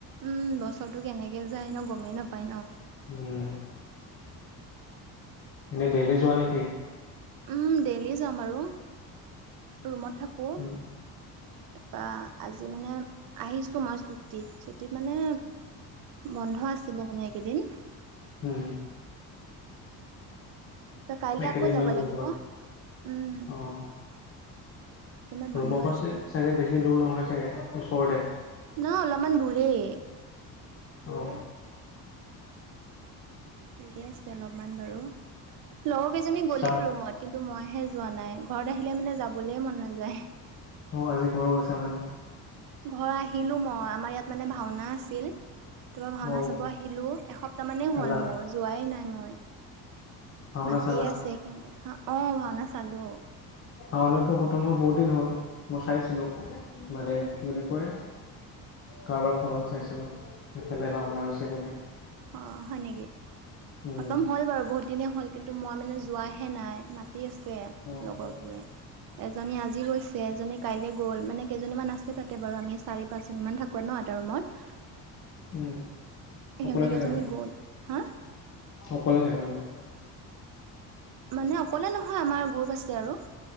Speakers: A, on the right (about 55°); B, on the left (about 35°).
A: উম বছৰটো কেনেকে যায় হেনো গমেই নাপায় ন'।
B: উম, এনে দেইলি যোৱা নেকি।
A: উম দেইলি যাম আৰু ৰুমত থাকোঁ।
B: উম
A: তাৰপা আজি মানে আহিছোঁ মই ছুটিত-ছুটিত মানে বন্ধ আছিলে মানে এইকেইদিন।
B: উম।
A: ত কাইলৈ
B: একেদিন
A: আকৌ যাব
B: মানে বন্ধ
A: লাগিব,
B: আছে
A: উম।
B: অ
A: ইমান
B: ৰুমৰ
A: বন্ধ
B: পৰা
A: আছে।
B: চাগে বেছি দূৰ নহয় চাগে ওচৰতে
A: নহয় অলপমান দূৰেই।
B: অ'।
A: দূৰে আছে অলপমান বাৰু লগৰ কেইজনী
B: ষ্টাৰ্ট
A: গ'লেই ৰুমত কিন্তু মইহে যোৱা নাই। ঘৰত আহিলে মানে যাবলৈ মন নাযায়।
B: অ আজি ঘৰ গৈছা মানে।
A: ঘৰ আহিলো মই আমাৰ ইয়াত মানে ভাওনা আছিল। তাৰপা ভাওনা
B: অ
A: চাব আহিলো এসপ্তাহ মানেই
B: চালা
A: হ'ল মোৰ যোৱাই নাই মই।
B: ভাওনা
A: মাতিয়ে
B: চালা
A: আছে সিহঁতে অ ভাওনা চালো।
B: ভাওনাটো খতম হোৱা বহুতদিন হ'ল মই চাইছিলোঁ। মানে কি বুলি কয়, কাৰোবাৰ ফোনত চাইছিলোঁ সেইফালে ভাওনা হৈছে বুলি।
A: অ হয় নেকি?
B: উম
A: খতম হ'ল বাৰু বহুত দিনে হ'ল। কিন্তু মই মানে যোৱাহে নাই মাতি আছে
B: অ
A: লগৰবোৰে।
B: অ
A: এজনী আজি গৈছে এজনী কাইলৈ গ'ল মানে কেইজনী মান আছে তাতে বাৰু আমি চাৰি পাঁচ জনী মান থাকোৱে ন ৰুমত
B: উম।
A: সিহতেকেইজনী
B: অকলে থাকা নেকি
A: গ'ল হা!
B: অকলে থাকা আৰু মানে।
A: মানে অকলে নহয় আমাৰ গ্ৰুপ আছে আৰু।